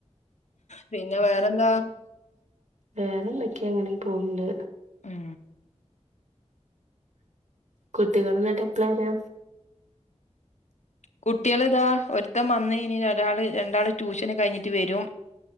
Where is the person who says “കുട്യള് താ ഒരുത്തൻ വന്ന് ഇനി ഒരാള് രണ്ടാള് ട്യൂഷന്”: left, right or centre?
Left